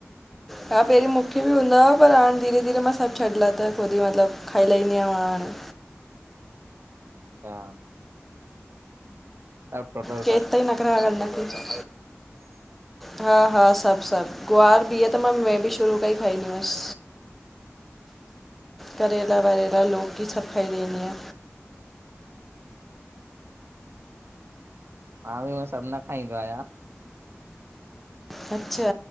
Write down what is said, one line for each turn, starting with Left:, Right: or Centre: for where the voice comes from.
Centre: हा पहिरीं मूंखे बि हूंदा हुआ पर हाणे धीरे धीरे मां सब छॾे लाथा त खुदि मतलबु खाई लाइंदि आयांव हाणे।
Right: हा ह टोट <unintelligible>
Centre: केसि तांई नखरा कंदा सां! हा हा, सब सब, गुआर बीह त मां मे बि शुरू खां ई खाईंदी हुअस। करेेला वरेला लौकी सब खाईदी आंयां।
Right: मां बि उएं सब न खाईंदो आहियां।
Centre: अच्छा